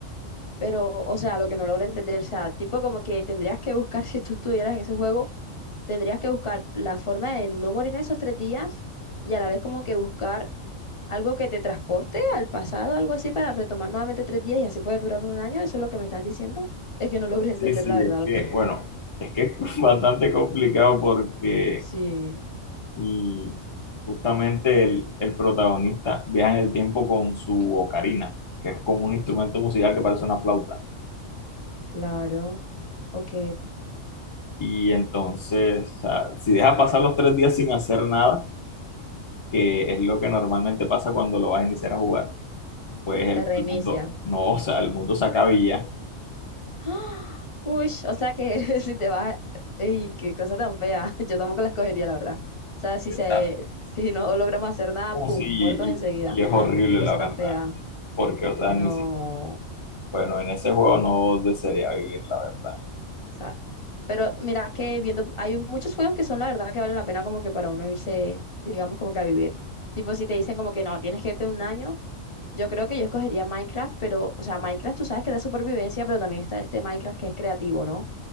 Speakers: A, on the left; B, on the left.
A: Pero, o sea, lo que no logro entender, o sea, tipo como que tendrías que buscar, <laughs> si tú estuvieras en ese juego, tendrías que buscar la forma de no morir en esos tres días y a la vez como que buscar Algo que te transporte al pasado, algo así, para retomar nuevamente tres días y así poder durar un año. Eso es lo que me estás diciendo. Es que no logro <laughs> entender
B: Sí, sí,
A: la verdad
B: es
A: lo
B: que,
A: que.
B: bueno, es que es <laughs> bastante complicado porque
A: Sí,
B: y justamente el, el protagonista viaja en el tiempo con su ocarina, que es como un instrumento musical que parece una flauta.
A: claro. Ok.
B: Y entonces, o sea, si deja pasar los tres días sin hacer nada, que es lo que normalmente pasa cuando lo vas a iniciar a jugar, pues el,
A: Te reinicia.
B: el mundo, no, o sea, el mundo se acaba y ya.
A: <gasps> ¡Ah! Uy, o sea que <laughs> si te vas. ¡Ey, qué cosa tan fea! <laughs> Yo tampoco la escogería, la verdad. O sea, si
B: Exacto.
A: se, si no logramos hacer nada, ¡pum!
B: Sí, y,
A: Muertos enseguida.
B: y es
A: <gasps> ¡Ah!
B: horrible,
A: ¡Qué cosa
B: la verdad,
A: tan fea!
B: porque, o sea,
A: No.
B: ni siquiera Bueno, en ese juego no desearía vivir, la verdad.
A: O Pero mira que viendo, hay muchos juegos que son la verdad que valen la pena como que para uno irse, digamos, como que a vivir. Tipo, si te dicen como que no, tienes que irte en un año, yo creo que yo escogería Minecraft, pero, o sea, Minecraft tú sabes que es de supervivencia, pero también está este Minecraft que es creativo, ¿no?